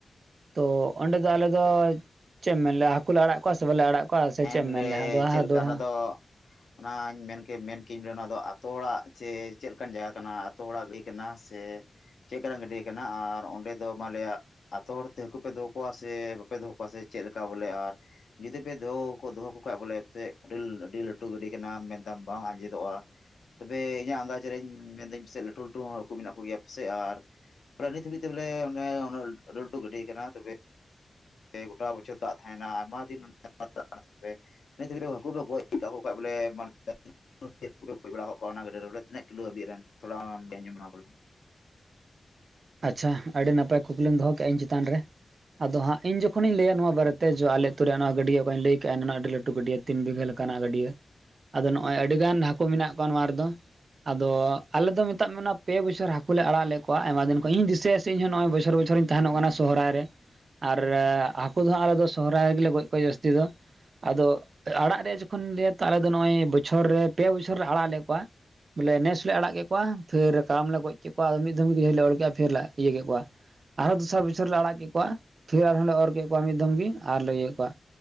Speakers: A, on the right; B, on the left.
A: ᱛᱚ ᱚᱸᱰᱮ ᱫᱚ ᱟᱞᱮ ᱫᱚ ᱪᱮᱫ ᱮᱢ ᱢᱮᱱ ᱞᱮᱭᱟ ᱦᱟᱹᱠᱩ ᱞᱮ ᱟᱲᱟᱜ ᱠᱚᱣᱟ ᱥᱮ ᱵᱟᱞᱮ ᱟᱲᱟᱜ ᱠᱚᱣᱟ ᱥᱮ
B: ᱦᱮᱸ
A: ᱪᱮᱫ ᱮᱢ
B: ᱵᱚᱞᱮ
A: ᱢᱮᱱ ᱞᱮᱜᱼᱟ ᱫᱚᱦᱲᱟ
B: ᱪᱮᱫ ᱞᱮᱠᱟ
A: ᱫᱚᱦᱲᱟ
B: ᱚᱱᱟ ᱫᱚ ᱚᱱᱟᱧ ᱢᱮᱱ ᱠᱮ ᱢᱮᱱ ᱠᱮᱧ ᱱᱚᱣᱟ ᱫᱚ ᱟᱛᱳ ᱚᱲᱟᱜ ᱪᱮ ᱪᱮᱫ ᱞᱮᱠᱟᱱ ᱡᱟᱭᱜᱟ ᱠᱟᱱᱟ? ᱡᱷᱚᱛᱚ ᱦᱚᱲᱟᱜ ᱜᱟᱹᱲᱭᱟᱹ ᱠᱟᱱᱟ ᱥᱮ ᱪᱮᱫ ᱠᱟᱱᱟ ᱜᱟᱹᱰᱭᱟᱹ ᱠᱟᱱᱟ ᱟᱨ ᱚᱸᱰᱮ ᱫᱚ ᱢᱟᱞᱮᱭᱟᱜ ᱟᱛᱳ ᱦᱚᱲᱛᱮ ᱦᱟᱹᱠᱩ ᱯᱮ ᱫᱚᱦᱚ ᱠᱚᱣᱟ ᱥᱮ ᱵᱟᱯᱮ ᱫᱚᱦᱚ ᱠᱚᱣᱟ ᱥᱮ ᱪᱮᱫ ᱞᱮᱠᱟ ᱵᱚᱞᱮ ᱟᱨ ᱡᱩᱫᱤ ᱯᱮ ᱫᱚᱦᱚ ᱦᱚᱸᱠᱚ ᱫᱚᱦᱚ ᱠᱚ ᱠᱷᱟᱡ ᱵᱚᱞᱮ ᱵᱟᱥᱠᱮ <unintelligible> ᱟᱹᱰᱤ ᱞᱟᱹᱴᱩ ᱜᱟᱹᱰᱭᱟᱹ ᱠᱟᱱᱟ ᱢᱮᱱᱫᱟᱢ ᱵᱟᱝ ᱟᱸᱡᱮᱫᱚᱜᱼᱟ᱾ ᱛᱚᱵᱮ ᱤᱧᱟᱹᱜ ᱟᱱᱫᱟᱡ ᱨᱮᱧ ᱢᱮᱱᱫᱟᱹᱧ ᱯᱟᱥᱮᱡ ᱞᱟᱹᱴᱩ ᱞᱟᱹᱴᱩ ᱦᱚᱸ ᱦᱟᱹᱠᱩ ᱢᱮᱱᱟᱜ ᱠᱚᱜᱮᱭᱟ ᱯᱟᱥᱮᱡ ᱟᱨ ᱚᱸᱰᱮ ᱱᱤᱛ ᱦᱟᱹᱵᱤᱡ ᱛᱮ ᱵᱚᱞᱮ ᱚᱱᱮ ᱚᱱᱟ ᱟᱹᱰᱤ ᱞᱟᱹᱴᱩ ᱜᱟᱹᱰᱭᱟᱹ ᱠᱟᱱᱟ ᱾ᱛᱚᱵᱮ ᱥᱮ ᱜᱚᱴᱟ ᱵᱚᱪᱷᱚᱨ ᱫᱟᱜ ᱛᱟᱦᱮᱱᱟ ᱟᱭᱢᱟ ᱫᱤᱱ ᱨᱮ ᱱᱤᱛ ᱫᱷᱟᱹᱵᱤᱡ ᱛᱮ ᱦᱟᱹᱠᱩ ᱫᱚ ᱜᱚᱡ ᱠᱟᱠᱚ ᱠᱷᱟᱡ ᱵᱚᱞᱮ ᱢᱮ <unintelligible> <unintelligible> ᱯᱩᱨᱟᱹ ᱠᱚ ᱜᱚᱡ ᱵᱟᱲᱟ ᱠᱚᱣᱟ ᱚᱱᱟ ᱜᱟᱹᱰᱭᱟᱹ ᱨᱮ ᱵᱚᱞᱮ ᱛᱤᱱᱟᱹᱜ ᱠᱤᱞᱳ ᱦᱟᱹᱵᱤᱡ ᱨᱮᱱ ᱛᱷᱚᱲᱟ <unintelligible> ᱟᱸᱡᱚᱢᱚᱜᱟ <unintelligible> ᱵᱚᱞᱮ᱾
A: ᱟᱪᱪᱷᱟ ᱟᱹᱰᱤ ᱱᱟᱯᱟᱭ ᱠᱩᱠᱞᱤᱢ ᱫᱚᱦᱚ ᱠᱮᱜᱼᱟ ᱤᱧ ᱪᱮᱛᱟᱱ ᱨᱮ ᱟᱫᱚ ᱦᱟᱸᱜ ᱤᱧ ᱡᱚᱠᱷᱚᱱᱤᱧ ᱞᱟᱹᱭᱟ ᱱᱚᱣᱟ ᱵᱟᱨᱮᱛᱮ ᱡᱚ ᱟᱞᱮ ᱟᱹᱛᱩ ᱨᱮ ᱱᱚᱣᱟ ᱜᱟᱹᱰᱭᱟᱹ ᱵᱟᱹᱧ ᱞᱟᱹᱭ ᱠᱟᱜᱼᱟ ᱮᱱᱟᱱᱚᱜ ᱟᱹᱰᱤ ᱞᱟᱹᱴᱩ ᱜᱟᱹᱰᱭᱟᱹ ᱛᱤᱱ ᱵᱤᱜᱷᱟᱹ ᱞᱮᱠᱟᱱᱟᱜ ᱜᱟᱹᱰᱭᱟᱹ ᱟᱫᱚ ᱱᱚᱜᱼᱚᱭ ᱟᱹᱰᱤ ᱜᱟᱱ ᱦᱟᱠᱚ ᱢᱮᱱᱟᱜ ᱠᱚᱣᱟ ᱱᱚᱣᱟ ᱨᱮᱫᱚ ᱟᱫᱚ ᱟᱞᱮ ᱫᱚ ᱢᱮᱛᱟᱜ ᱢᱮ ᱚᱱᱟ ᱯᱮ ᱵᱚᱪᱷᱚᱨ ᱦᱟᱠᱚ ᱞᱮ ᱟᱲᱟᱜ ᱞᱮᱫ ᱠᱚᱣᱟ ᱟᱭᱢᱟ ᱫᱤᱱ ‌ ᱠᱷᱚᱡ ᱤᱧ ᱫᱤᱥᱟᱹᱭᱟ ᱥᱮ ᱤᱧ ᱦᱚᱸ ᱱᱚᱜᱼᱚᱭ ᱵᱚᱪᱷᱚᱨ ᱵᱚᱪᱷᱚᱨᱤᱧ ᱛᱟᱦᱮᱱᱚᱜ ᱠᱟᱱᱟ ᱥᱚᱦᱨᱟᱭ ᱨᱮ ᱟᱨ ᱦᱟᱹᱠᱩ ᱫᱚ ᱦᱟᱸᱜ ᱟᱞᱮ ᱫᱚ ᱥᱚᱦᱨᱟᱭ ᱨᱮ ᱜᱮᱞᱮ ᱜᱚᱡ ᱠᱚᱣᱟ ᱡᱟᱹᱥᱛᱤ ᱫᱚ ᱟᱫᱚ ᱟᱲᱟᱜ ᱨᱮᱭᱟᱜ ᱡᱚᱠᱷᱚᱱ ᱞᱟᱹᱭᱟ ᱛᱚ ᱟᱞᱮ ᱫᱚ ᱱᱚᱜᱼᱚᱭ ᱵᱚᱪᱷᱚᱨ ᱨᱮ ᱯᱮ ᱵᱚᱪᱷᱚᱨ ᱨᱮ ᱟᱲᱟᱜ ᱞᱮ ᱠᱚᱣᱟ᱾ ᱵᱚᱞᱮ ᱱᱮᱥ ᱞᱮ ᱟᱲᱟᱜ ᱠᱮᱫ ᱠᱚᱣᱟ ᱯᱷᱤᱨ ᱠᱟᱞᱚᱢ ᱞᱮ ᱜᱚᱡ ᱠᱮᱫ ᱠᱚᱣᱟ ᱟᱫᱚ ᱢᱤᱫ ᱫᱷᱚᱢ ᱜᱮ ᱦᱮᱸ ᱞᱚᱲᱜᱟ ᱯᱷᱤᱨ ᱞᱟᱡ ᱤᱭᱟᱹ ᱠᱮᱫ ᱠᱚᱣᱟ ᱯᱷᱤᱨ ᱞᱮ ᱤᱭᱟᱹ ᱠᱮᱫ ᱠᱚᱣᱟ ᱟᱨᱦᱚᱸ ᱫᱚᱥᱟᱨ ᱵᱚᱪᱷᱚᱨ ᱞᱮ ᱟᱲᱟᱜ ᱠᱮᱫ ᱠᱚᱣᱟ ᱯᱷᱤᱨ ᱟᱨᱦᱚᱸ ᱞᱮ ᱚᱨ ᱠᱮᱫ ᱠᱚᱣᱟ ᱢᱤᱫ ᱫᱷᱚᱢ ᱜᱮ ᱟᱨᱞᱮ ᱤᱭᱟᱹ ᱠᱮᱫ ᱠᱚᱣᱟ᱾‌